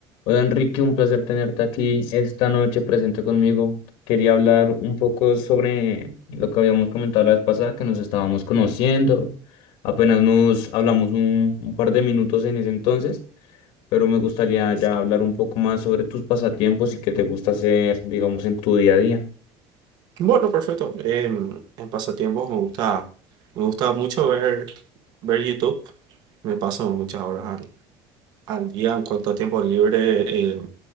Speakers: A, on the left (about 65°); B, on the right (about 45°).
A: Hola Enrique, un placer tenerte aquí esta noche presente conmigo. Quería hablar un poco sobre lo que habíamos comentado la vez pasada, que nos estábamos conociendo. Apenas nos hablamos un, un par de minutos en ese entonces, pero me gustaría ya hablar un poco más sobre tus pasatiempos y qué te gusta hacer, digamos, en tu día a día.
B: Bueno, perfecto. En, en pasatiempos me gusta, me gusta mucho ver, ver YouTube. Me paso muchas horas al, al día en cuanto a tiempo libre eh,